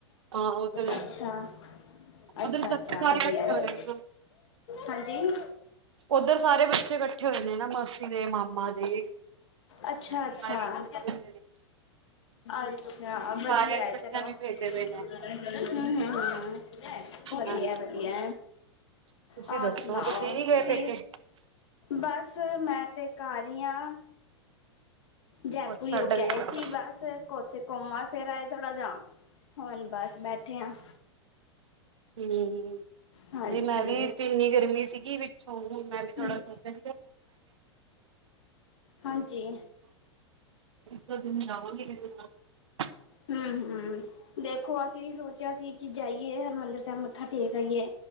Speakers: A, on the right; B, on the left.
A: ਹਾਂ ਉਧਰ
B: ਅੱਛਾ ਅੱਛਾ
A: ਉਧਰ ਬੱਚੇ
B: ਅੱਛਾ
A: ਸਾਰੇ
B: ਵਧੀਆ
A: ਇਕੱਠੇ ਹੋਏ
B: ਹੈ ਹਾਂਜੀ
A: ਉਓਧਰ ਸਾਰੇ ਬੱਚੇ ਇਕੱਠੇ ਹੋਏ ਨੇ ਨਾ ਮਾਸੀ ਦੇ ਮਾਮਾ ਦੇ
B: ਅੱਛਾ ਅੱਛਾ
A: ਸਾਰੇ ਇਕੱਠੇ ਹੋਏ ਨੇ
B: ਅੱਛਾ
A: ਸਾਰਿਆਂ
B: ਵਧੀਆ
A: ਨੂੰ ਇਕੱਠਿਆਂ
B: ਚਲੋ
A: ਨੂੰ ਹੀ ਭੇਜਦੇ
B: ਹ
A: ਪਏ ਨੇ
B: ਹ ਹ ਵਧੀਆ
A: ਹਾਂਜੀ
B: ਵਧੀਆ
A: ਤੁਸੀਂ
B: ਹੋਰ
A: ਦੱਸੋ
B: ਸੁਣਾਓ
A: ਨੀ ਗਏ
B: ਤੁਸੀਂ
A: ਪੇਕੇ
B: ਬਸ ਮੈਂ ਤੇ ਘਰ ਹੀ ਆ ਜੈਪੁਰ
A: ਬਸ
B: ਹੀ
A: ਸਾਡਾ
B: ਹੋ ਕੇ
A: ਵੀ
B: ਇਹਏ
A: ਕੰਮ
B: ਸੀ ਬਸ ਕੋ ਅਤੇ ਘੁੰਮਾਂ ਫਿਰ ਆਏ ਥੋੜ੍ਹਾ ਜਾਹਾ ਹੁਣ ਬਸ ਬੈਠੇ ਹਾਂ
A: ਹਮ
B: ਹਾਂਜੀ
A: ਨਹੀਂ ਮੈਂ ਵੀਥ ਇੰਨੀ ਗਰਮੀ ਸੀਗੀ ਪਿੱਛੋਂ ਮੈਂ ਵੀ ਥੋੜ੍ਹਾ
B: ਹਮ
A: ਸੀਹਿ
B: ਹਾਂਜੀ
A: ਤੁਂ ਜਾਵੋਗੇ <unintelligible>
B: ਹਮ ਹਮ ਦੇਖੋ ਅਸੀਂ ਵੀ ਸੋਚਿਆ ਸੀ ਕਿ ਜਾਈਏ ਹਰਿਮੰਦਰ ਸਾਹਿਬ ਮੱਥਾ ਠੇਕ ਆਈਏ